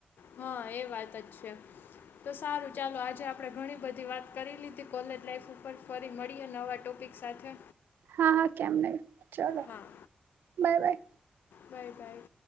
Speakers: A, on the left (about 80°); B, on the right (about 85°).
A: હા એ વાત જ છે. તો સારું ચાલો આજે આપણે ઘણી બધી વાત કરી લીધી, કોલેજ લાઈફ ઉપર ફરી મળીએ નવા ટોપિક સાથે
B: હા હા કેમ નહી. ચલો
A: હા
B: બાય બાય.
A: Bye by.